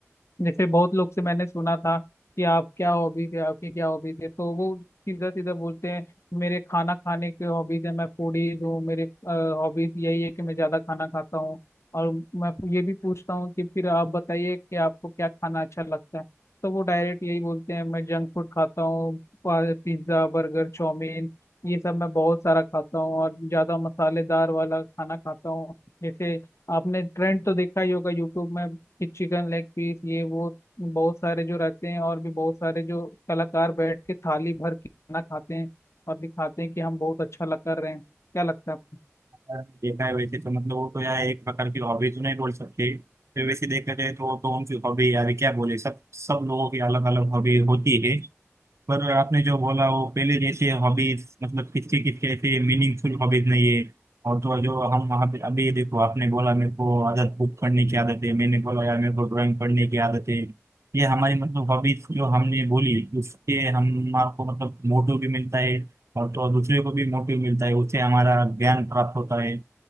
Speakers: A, on the left; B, on the right.
A: जैसे बहुत लोग से मैंने सुना था कि आप क्या हॉबीज है आपकी क्या हॉबीज है तो वो सीधा सीधा बोलते हैं मेरे खाना खाने के हॉबीज है मैं फूडीज हूँ मेरे हॉबीज यही है कि मैं ज्यादा खाना खाता हूँ और मैं ये भी पूछता हूँ कि फिर आप बताइए कि आपको क्या खाना अच्छा लगता है तो वो डायरेक्ट यही बोलते हैं मैं जंक फूड खाता हूँ पिज्ज़ा बर्गर चाउमीन ये सब मैं बहुत सारा खाता हूँ और ज्यादा मसालेदार वाला खाना खाता हूँ जैसे आपने ट्रेंड तो देखा ही होगा यूट्यूब में कि चिकन लेग पीस ये वो बहुत सारे जो रहते हैं और भी बहुत सारे जो कलाकार बैठ के थाली भर के खाना खाते हैं और दिखाते हैं कि हम बहुत अच्छा लग कर रहे हैं क्या लगता है आपको
B: देखा है वैसे तो मतलब वो तो यार एक प्रकार की हॉबी तो नहीं बोल सकते फिर वैसे देखा जाए तो वो तो उनकी हॉबी यार क्या बोले सब सब लोगों की अलग अलग हॉबी होती है पर आपने जो बोला वो पहले जैसे हॉबीज मतलब किसके किसके ऐसे मीनिंगफुल हॉबीज नहीं है और तो और जो हम वहाँ पे अभी देखो आपने बोला मेरे को आदत बुक पढ़ने की आदत है मैंने बोला यार मेरे को ड्राइंग पढ़ने की आदत है ये हमारी मतलब हॉबीज जो हमने बोली उससे हमारे को मतलब मोटिव भी मिलता है और तो और दूसरे को भी मोटिव मिलता है उससे हमारा ज्ञान प्राप्त होता है